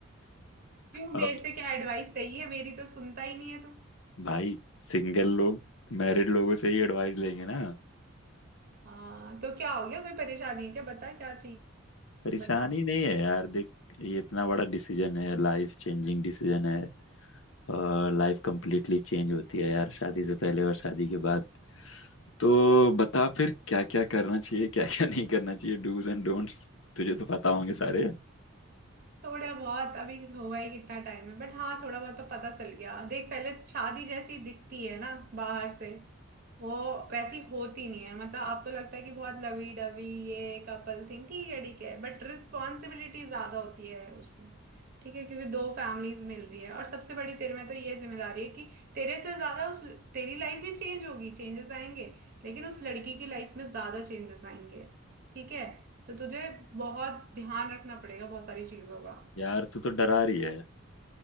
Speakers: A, on the right; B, on the left.
A: क्यों मेरे
B: अब
A: से क्या एडवाइस चाहिए मेरी तो सुनता ही नहीं है तू
B: भाई सिंगल लोग मैरिड लोगों से ही एडवाइस लेंगे ना
A: हाँ तो क्या हो गया कोई परेशानी है क्या बता क्या चाहिए
B: परेशानी
A: बता
B: नहीं है यार देख ये इतना बड़ा डिसीजन है लाइफ चेंजिंग डिसीजन है और लाइफ कंप्लीटली चेंज होती है यार शादी से पहले और शादी के बाद तो बता फिर क्या क्या करना चाहिए क्या क्या नहीं करना चाहिए डूज एंड डोंट्स तुझे तो पता होंगे सारे
A: थोड़ा बहुत अभी हुआ ही कितना टाइम है बट हाँ थोड़ा बहुत तो पता चल गया देख पहले शादी जैसी दिखती है ना बाहर से वो वैसी होती नहीं है मतलब आपको लगता है कि बहुत लवी डवी ये कपल थिंग ठीक है ठीक है बट रिस्पॉन्सिबिलिटी ज्यादा होती है उसमें ठीक है क्योंकि दो फैमिलीज मिल रही है और सबसे बड़ी तेरे में तो ये जिम्मेदारी है कि तेरे से ज्यादा उस तेरी लाइफ भी चेंज होगी चेंजेस आएंगे लेकिन उस लड़की की लाइफ में ज्यादा चेंजेस आएंगे ठीक है तो तुझे बहुत ध्यान रखना पड़ेगा बहुत सारी चीजों का
B: यार तू तो डरा रही है